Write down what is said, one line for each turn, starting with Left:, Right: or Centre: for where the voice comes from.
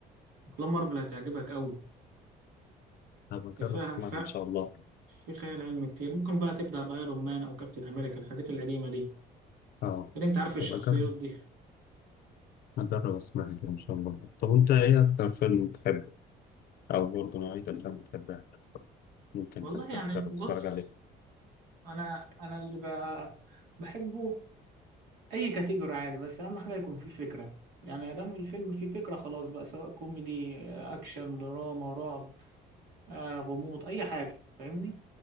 Right: أفلام مارفل هتعجبك أوي
Left: هبقى
Right: هي فيها
Left: أجرب أسمعها
Right: ف...
Left: إن شاء الله
Right: في خيال علمي كتير ممكن بقى تبدأ بأيرون مان أو كابتن أمريكا الحاجات القديمة دي
Left: أه
Right: كده أنت عارف الشخصيات
Left: هبقى أجرب
Right: دي
Left: هجرب أسمعها كده إن شاء الله طب وأنت إيه أكتر فيلم بتحبه أو برضه نوعية الأفلام بتحبها ممكن
Right: والله
Left: حتى
Right: يعني
Left: تجرب
Right: بص
Left: تتفرج عليه
Right: أنا أنا اللي بقى بحبه أي كاتيجوري عادي بس أهم حاجة يكون فيه فكرة يعني أدام الفيلم فيه فكرة خلاص بقى سواء كوميدي أكشن دراما رعب آه غموض أي حاجة فاهمني